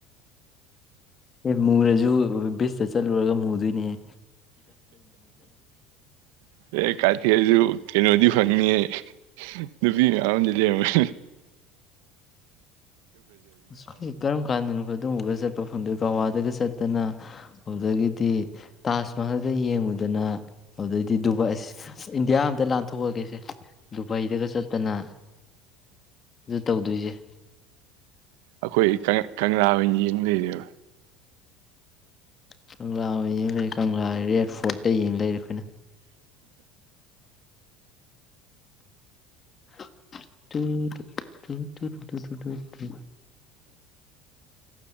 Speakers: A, on the left (about 25°); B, on the right (about 80°).
A: ꯑꯦ ꯃꯨꯔꯁꯨ ꯕꯤꯁꯇ ꯆꯠꯂꯨꯔꯒ ꯃꯨꯗꯣꯏꯅꯤꯍꯦ
B: ꯑꯦ ꯀꯥꯊꯦꯛ ꯑꯁꯁꯨ ꯀꯩꯅꯗꯤ ꯐꯪꯅꯤꯍꯦ ꯅꯨꯄꯤ ꯃꯌꯥꯝ ꯑꯃꯖꯨ ꯂꯩꯔꯝꯃꯟ
A: ꯑꯁ <unintelligible> ꯀꯔꯝ ꯀꯥꯟꯗꯅꯣ ꯑꯗꯨꯝꯕꯒ ꯆꯠꯄ ꯐꯪꯗꯣꯏ ꯒꯋꯥꯗꯒ ꯆꯠꯇꯅ ꯑꯗꯒꯤꯗꯤ ꯇꯥꯖ ꯃꯍꯜꯒ ꯌꯦꯡꯉꯨꯗꯅ ꯑꯗꯨꯗꯩꯗꯤ ꯗꯨꯕꯥꯏꯁ ꯁ ꯏꯟꯗꯤꯌꯥ ꯑꯝꯇ ꯂꯥꯟꯊꯣꯛꯑꯒꯦꯁꯦ ꯗꯨꯕꯥꯏꯗꯒ ꯆꯠꯇꯅ ꯗꯨꯠ ꯇꯧꯗꯣꯏꯁꯦ
B: ꯑꯈꯣꯏ ꯀꯪ ꯀꯪꯂꯥ ꯑꯣꯏꯅ ꯌꯦꯡ ꯂꯩꯔꯦꯕ
A: ꯀꯪꯂꯥ ꯑꯣꯏꯅ ꯌꯦꯡ ꯂꯩꯔꯦ ꯀꯪꯂꯥ ꯔꯦꯠ ꯐꯣꯔꯠꯇ ꯌꯦꯡ ꯂꯩꯔꯦ ꯑꯩꯈꯣꯏꯅ <inaudible> ꯇꯨ ꯇꯨꯛ ꯇꯨ ꯇꯨ ꯇꯨ ꯇꯨꯇꯨ